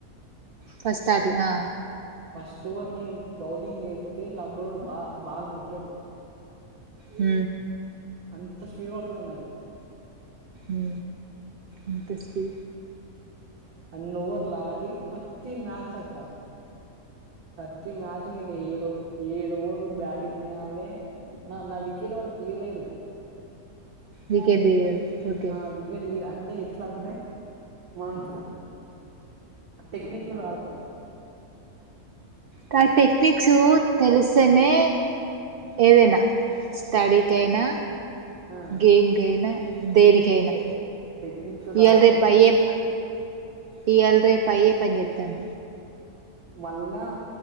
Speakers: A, on the right; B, on the right.
A: ఫస్ర్టీ ఆ
B: ఫస్ట్ ఓవర్ ని బౌలింగ్ ఎత్తే లబడోడు బా బాల్ ముట్టడు
A: హ
B: అంత స్పీడ్ పడతది నాది
A: యూ ఏంత స్పీ
B: అన్ని ఓవర్లు లాడి ప్రతి మ్యాచ్ అక్క ప్రతి మ్యాచ్ నేను ఏడు ఏడు ఓవర్లు బ్యాటింగ్ చేయాలి నా నా వికెట్ వారు తీయలేరు
A: వికె తీయదు ఓకే
B: ఆ వికెట్ ది అండ్ ఏ ఎట్లా అంటే మంత్ ఆ టెక్నిక్ తో ఆడుతాం
A: కాదు టెక్నిక్స్ తెలిస్తేనే ఏదైనా తాడికి
B: టె
A: కైనా
B: ఆ
A: గేమ్ కి అయినా దేనికైనా
B: టె టెక్నిక్ తోటి
A: ఈయాల్
B: ఆడతాం
A: రేప్ అయ్ప్ ఈయాల్ రేప్ అయ్యే పని చెప్తాన్
B: మల్ల